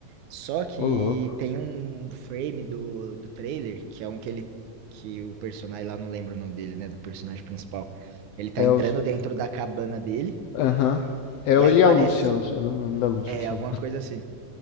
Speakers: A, on the right (about 80°); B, on the left (about 80°).
A: Só que
B: Ô, louco.
A: tem um frame do, do trailer, que é um que ele, que o personagem lá, não lembro o nome dele, né, do personagem principal. Ele tá
B: É
A: entrando
B: o.
A: dentro da cabana dele,
B: Aham. É
A: e
B: o-
A: aí
B: ele
A: parece,
B: e a Lúcia, eu sei o nome da Lúcia
A: é,
B: só.
A: alguma coisa assim.